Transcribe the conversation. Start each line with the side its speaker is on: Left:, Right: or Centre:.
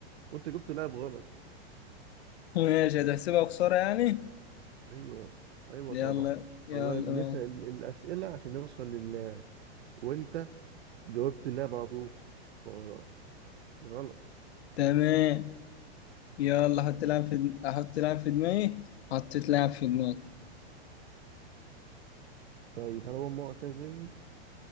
Right: وانت جبت لاعب غلط
Left: <laughs> ماشي هتحسبها خسارة يعني
Right: ايوه ايوه
Left: يلا
Right: طبعا
Left: يلا
Right: والله بنسال
Left: ماشي.
Right: الاسئله عشان نوصل للاعب وانت جاوبت اللاعب على طول فغ- غلط
Left: تمام يلا حط لاعب في احط لاعب في دماغي حطيت لاعب في دماغي
Right: طيب هل هو معتزل